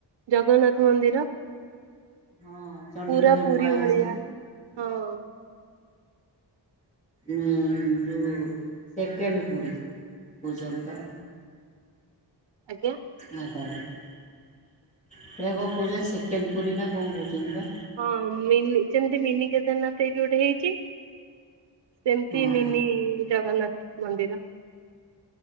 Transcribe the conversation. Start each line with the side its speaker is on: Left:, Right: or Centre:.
Right: ଜଗନ୍ନାଥ ମନ୍ଦିର ପୁରା
Left: ହଁ ଚଣ୍ଡିଖୋଲରେ
Right: ପୁରୀ
Left: ନୂଆ ହେଇଛି
Right: ଭଳିଆ। ହଁ।
Left: ଉଁ ଜଉ ସେକେଣ୍ଡ ପୁରୀ ପୂଜନ୍ତ।
Right: ଆଜ୍ଞା।
Left: ମାତାରେ ହେଆ କଣ କହୁଛନ୍ତି ସେକେଣ୍ଡ ପୁରୀ ନା କଣ କହୁଛନ୍ତି ବା।
Right: ହଁ ମିନି ଯେମତି ମିନି କେଦାରନାଥ ଏଇଟି ଗୋଟେ ହେଇଚି। ସେମତି
Left: ହଁ।
Right: ମିନି ଜଗନ୍ନାଥ ମନ୍ଦିର।